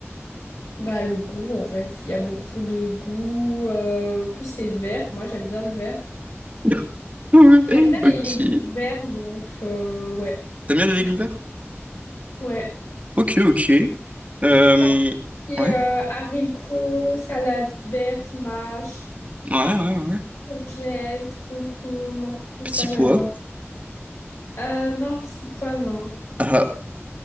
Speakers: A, on the left; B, on the right.
A: Bah le goût en fait, il y a beaucoup de goût. euh, plus c'est vert, moi j'aime bien le vert.
B: <laughs>
A: J'aime bien
B: Ok.
A: les légumes verts, donc euh, ouais,
B: T'aimes bien
A: c'est
B: les légumes
A: trop.
B: verts?
A: Ouais.
B: Ok, ok. Euh,
A: Genre, et,
B: Ouais,
A: euh, haricots, salade verte, mâche.
B: ouais, ouais, ouais.
A: Courgettes, concombres, tout
B: Petit
A: ça j'aime
B: pois.
A: bien. Euh, non, petits pois, non.
B: Ah,